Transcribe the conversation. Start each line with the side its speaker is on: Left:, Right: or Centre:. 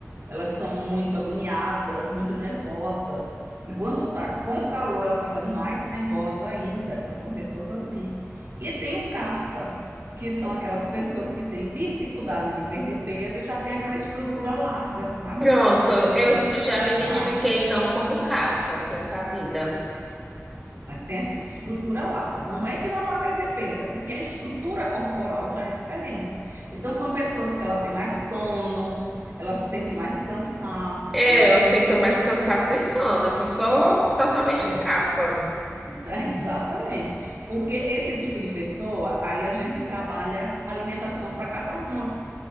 Right: elas são muito agoniadas, muito nervosas. E quando tá com calor, ela fica mais nervosa ainda. Elas são pessoas assim. E tem o CAFA, que são aquelas pessoas que têm dificuldade de perder peso e já tem aquela estrutura larga, sabe?
Centre: Pronto,
Right: Aquelas pessoas que
Centre: eu
Right: têm
Centre: s- eu já
Right: corpo
Centre: me identifiquei
Right: largo,
Centre: então como Cafa nessa vida.
Right: mas tem essa estrutura larga. Não é que não vai perder peso, é porque a estrutura corporal já é diferente. Então, são pessoas que ela tem mais sono, elas sentem mais cansaço.
Centre: É, eu sinto mais cansaço e sono, então sou totalmente
Right: É.
Centre: cafa.
Right: Então, <laughs> Exatamente. Porque esse tipo de pessoa, aí a gente trabalha alimentação para cada uma.